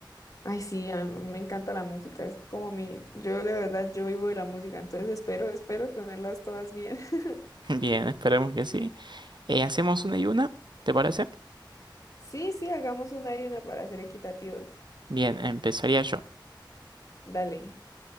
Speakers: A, on the left (about 45°); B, on the right (about 65°).
A: Ay, sí, a mí me encanta la música, es como mi, yo de verdad, yo vivo de la música, entonces espero, espero tenerlas todas bien. <laughs>
B: <laughs> Bien, esperemos que sí. Eh, hacemos una y una, ¿te parece?
A: Sí, sí, hagamos una y una para ser equitativos.
B: Bien, empezaría yo.
A: Dale.